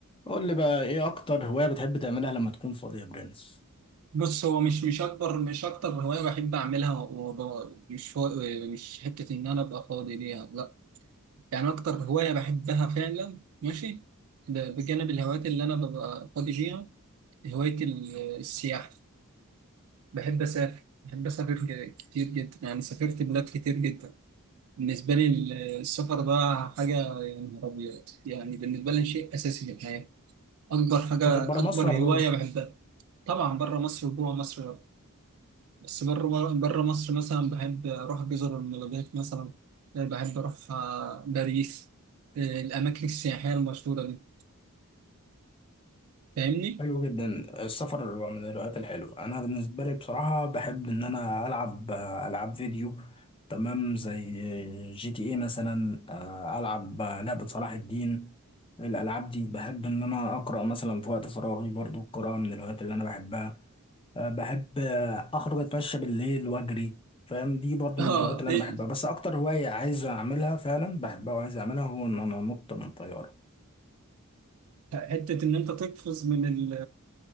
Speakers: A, on the left (about 25°); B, on the right (about 70°).
A: قول لي بقى ايه اكتر هواية بتحب تعملها لما تكون فاضي يا برنس
B: بص هو مش مش اكبر مش اكتر هوايه بحب اعملها وب- مش فا... مش حته ان انا ابقى فاضي ليها لا يعني اكتر هوايه بحبها فعلا ماشي ده بجانب الهوايات اللي انا ببقى فاضي ليها هوايه ال- السياحه بحب اسافر بحب اسافر ك- كتير جدا يعني سافرت بلاد كتير جدا بالنسبه لي ال- السفر ده حاجه يا نهار ابيض يعني بالنسبه لي شيء اساسي في الحياه اكبر حاجه
A: سفر برا
B: اكبر
A: مصر ولا جوه
B: هوايه
A: مصر
B: بحبها طبعا بره مصر وجوه مصر بس بره بره مصر مثلا بحب أروح جزر المالديف مثلا آه، بحب أروح آه، باريس آه، الأماكن السياحية المشهورة دي فاهمني؟
A: حلو جدا السفر من الهوايات الحلوة انا بالنسبة لي بصراحة بحب ان انا العب العاب فيديو تمام زي جي تي ايه مثلا آه، العب لعبة صلاح الدين الالعاب دي بحب ان انا اقرا مثلا في وقت فراغي برضو القراءة من الهوايات اللي انا بحبها آه، بحب آه، اخرج اتمشى بالليل واجري فاهم دي برضو
B: اه
A: من الهوايات اللي
B: إيه،
A: انا بحبها بس اكتر هواية عايز اعملها فعلا بحبها وعايز اعملها هو ان انا انط من طيارة
B: حتة إن أنت تقفز من ال